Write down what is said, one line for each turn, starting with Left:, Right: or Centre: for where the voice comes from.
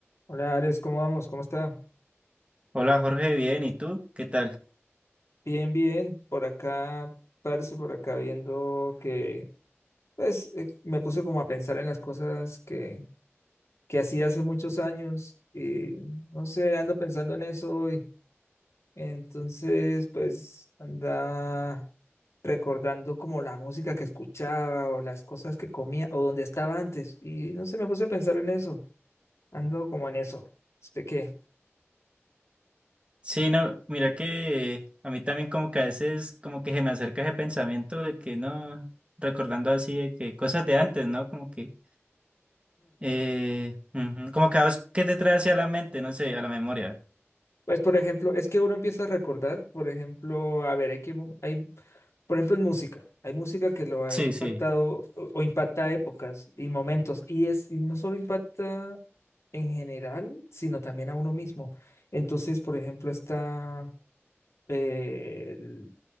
Left: Hola Alex, ¿cómo vamos? ¿Cómo está?
Right: Hola Jorge, bien, ¿y tú? ¿Qué tal?
Left: Bien, bien. Por acá, parce, por acá viendo que, pues, eh, me puse como a pensar en las cosas que, que hacía hace muchos años y no sé, ando pensando en eso hoy. Entonces, pues, anda recordando como la música que escuchaba o las cosas que comía o donde estaba antes. Y no sé, me puse a pensar en eso. Ando como en eso. ¿Usted qué?
Right: Sí, no, mira que a mí también como que a veces como que se me acerca ese pensamiento de que no, recordando así de que cosas de antes, ¿no? Como que, eh, ujú, como que a vos, ¿qué te trae hacia la mente? No sé, a la memoria.
Left: Pues, por ejemplo, es que uno empieza a recordar, por ejemplo, a ver, hay que, mo- hay, por ejemplo, en música, hay música que lo ha
Right: Sí,
Left: impactado
Right: sí.
Left: o, o impacta épocas y momentos, y es, y no solo impacta en general, sino también a uno mismo. Entonces, por ejemplo, está, eh, el-